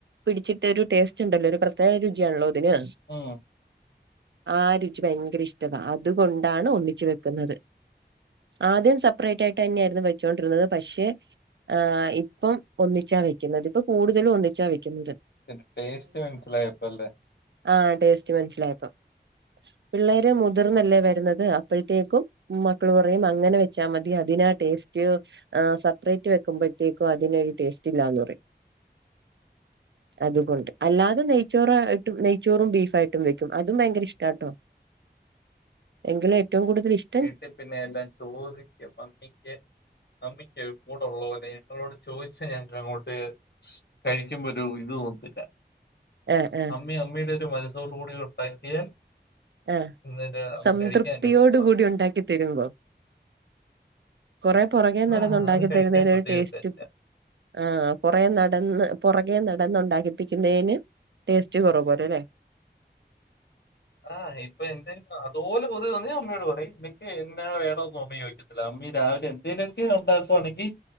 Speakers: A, on the right; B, on the left.
A: പിടിച്ചിട്ട് ഒരു ടേസ്റ്റ് ഇണ്ടല്ലോ ഒരു പ്രത്യേക രുചിയാണല്ലോ ഇതിന്
B: ആഹ്
A: ആഹ് രുചി ഭയങ്കര ഇഷ്ട്ടവാ അതുകൊണ്ടാണ് ഒന്നിച്ച് വെക്ക്ന്നത് ആദ്യം സെപ്പറേറ്റ് ആയിട്ട് എന്നെയേര്ന്നു വെച്ചോണ്ടിര്ന്നത് പക്ഷെ ആഹ് ഇപ്പം ഒന്നിച്ചാ വെക്ക്ന്നത് ഇപ്പൊ കൂട്തലും ഒന്നിച്ചാ വെക്ക്ന്നത്
B: ഇതിന്റെ ടേസ്റ്റ് മൻസ്സിലായപ്പൊല്ലെ
A: ആഹ് ടേസ്റ്റ് മൻസ്സിലായപ്പൊ പിള്ളേര് മുതിർന്നല്ലേ വെര്ന്നത് അപ്പഴ്ത്തേക്കും മക്കള് പറയും അങ്ങനെ വെച്ചാ മതി അതിനാ ടേസ്റ്റ് ആഹ് സപ്പറേറ്റ് വെക്കുമ്പഴ്ത്തേക്കും അതിനൊരു ടേസ്റ്റ് ഇല്ലാന്ന് പറയും അതുകൊണ്ട് അല്ലാതെ നെയ്ച്ചോറായിട്ടും നെയ്ച്ചോറും ബീഫായിട്ടും വെക്കും അതും ഭയങ്കര ഇഷ് കേട്ടോ എങ്കിലും ഏറ്റവും കൂടുതൽ ഇഷ്
B: കേട്ടപ്പിന്നെ എല്ലാം ചോദിക്കും മമ്മിക്ക് മമ്മിക്ക് മൂടൊള്ളാേലെ ഇങ്ങളോട് ചോയിച്ചാ ഞങ്ങക്ക് അങ്ങോട്ട് കഴിക്കുമ്പാെരു ഇത് തോന്നുന്നില്ല
A: ആഹ് ആഹ്
B: അമ്മിംഅമ്മയുടെ ഒരു മനസ്സോടു കൂടി ഉണ്ടാക്കിയാൽ
A: ആഹ്
B: എന്നിട്ട് അന്ന്
A: സംതൃപ്തിയോട്
B: കഴിക്കാൻ എൻ്റെ ഉമ്മ,
A: കൂടി ഉണ്ടാക്കിത്തെരുമ്പാെ കാെറെ പാെറകെ നടന്നു
B: ആ
A: ഉണ്ടാക്കിത്തെരുന്നതിനൊരു
B: അത് കഴിക്കാൻ പ്രത്യേക
A: ടേസ്റ്റ്
B: ടേസ്റ്റാ.
A: ആഹ് കൊറെ നടന്ന് പാെറകെ നടന്ന് ഉണ്ടാക്കിപ്പിക്കുന്നതിന് ടേസ്റ്റ് കാെറവ് വരൂല്ലേ
B: ആഹ് ഇപ്പൊ എന്റെ അതുപോലെ <unintelligible> അമ്മയോട് പറയും നിക്ക് എന്താ വേണോന്ന് അമ്മി ചോയിക്കും അല്ല അമ്മി രാവിലെ എന്തെങ്കലുമൊക്കെ ഉണ്ടാക്കുവാണെങ്കി